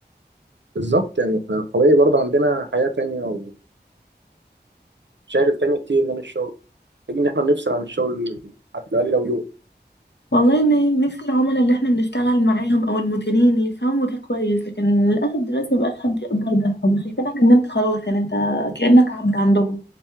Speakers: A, on the right; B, on the left.
A: بالظبط يعني إحنا طبيعي برضه عندنا حياه تانية او شاغل تاني كتير غير الشغل محتاج ان احنا نفصل عن الشغل حتى الاقل لو يوم
B: والله إن نفسي العملاء اللي إحنا بنشتغل معاهم أو المديرين يفهموا ده كويس لكن للأسف دلوقتي مبقاش حد يقدر ده هم شايفينك إن أنت خلاص يعني أنت كأنك عبد عندهم